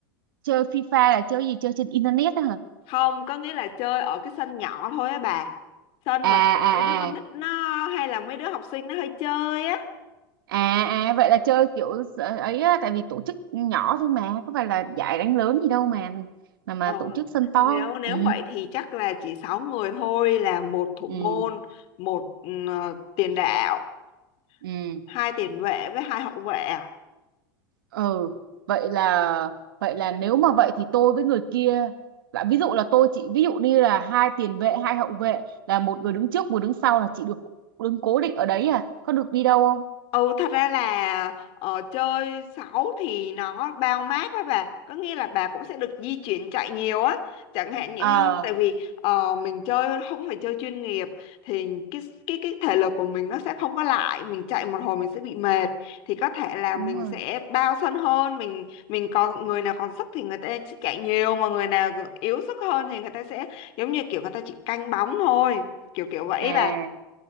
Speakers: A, on the right; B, on the left.
A: chơi FIFA là chơi gì chơi trên internet á hả
B: Không, có nghĩa là chơi ở cái sân nhỏ thôi á bà. Sân
A: à
B: mà
A: à
B: kiểu mấy đứa con
A: à
B: nít nó hay là mấy đứa học sinh nó hơi chơi á.
A: à à vậy là chơi kiểu sợ- ấy á, tại vì tổ chức nhỏ thôi mà có phải là giải đánh lớn gì đâu mà mà mà
B: Ờ.
A: tổ chức sân to
B: Nếu nếu
A: ừ
B: vậy thì chắc là chỉ 6 người thôi là một thủ
A: ừ
B: môn, một ừ, tiền đạo,
A: ừ
B: hai tiền vệ với hai hậu vệ. à?
A: ừ vậy là vậy là nếu mà vậy thì tôi với người kia là ví dụ là tôi chị ví dụ như là hai tiền vệ hai hậu vệ là một người đứng trước một đứng sau là chị được đứng cố định ở đấy à có được đi đâu không
B: Ừ thật ra là ờ, chơi 6 thì nó bao mát với bà Có nghĩa là bà cũng sẽ được di chuyển chạy nhiều á Chẳng hạn những
A: ờ
B: Tại vì ờ, mình chơi không phải chơi chuyên nghiệp Thì cái, cái cái thể lực của mình nó sẽ không có lại Mình chạy một hồi mình sẽ bị mệt Thì có thể là
A: đúng
B: mình
A: rồi
B: sẽ bao sân hơn Mình mình còn người nào còn sức thì người ta sẽ chạy nhiều Mà người nào yếu sức hơn thì người ta sẽ giống như kiểu người ta chỉ canh bóng thôi Kiểu kiểu vậy
A: à
B: bà